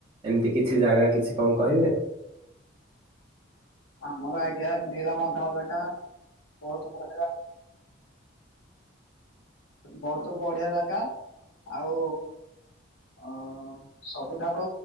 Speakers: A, on the right; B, on the left.
A: ଏମିତି କିଛି ଜାଗା କିଛି କଣ କହିବେ?
B: ଆମର ଆଜ୍ଞା ନୀଳ ମାଧବ ଜାଗା ବହୁତ ବଢିଆ। ବହୁତ ବଢିଆ ଜାଗା ଆଉ ଅଁ ସବୁଠାରୁ